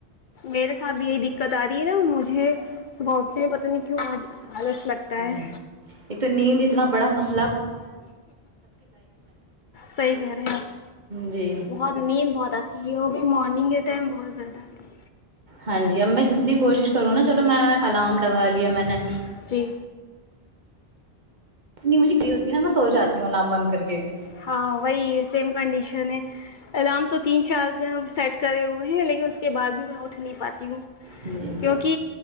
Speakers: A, on the left; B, on the right.
A: میرے ساتھ بھی یہی دقت آتی نا مجھے صبح اٹتے ہیں پت نہیں کیوں آج آلس لگتا ہے
B: جی ایک تو نیندد ات بڑا مسلہ
A: صحیح کہہ رہے ہیں
B: جی
A: بہت نیند بہت آتی ہے وہ بھی مارننگ کے ٹائم بہت زیادہ آتی ہے
B: ہاں جی اب میں جتنی کوشش کروں نا چلو میں الارم لگا لیا میں نے
A: ہے جی
B: اتنی مجھے گری ہوتی نا میں سواتی ہوں لام بند کر کے بھی
A: ہاں وہی ہے سیم کنڈیشن ہے الارم تو تین چار سیٹ کرے ہوئے ہیں لیکن اس کے بعد بھی وہ اٹھ نہیں پاتی ہوں
B: جی
A: کیونکہ